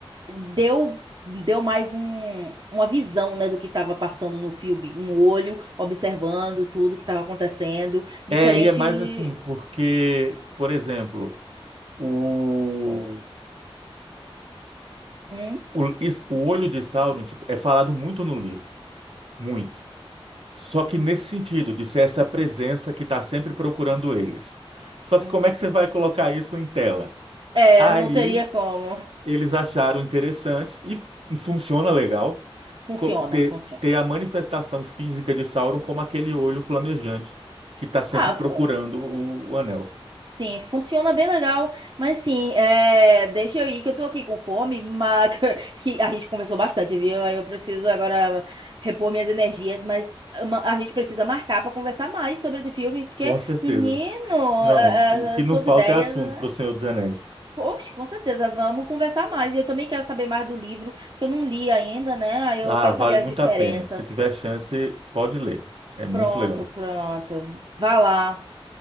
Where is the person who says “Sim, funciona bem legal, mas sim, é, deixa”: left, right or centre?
Right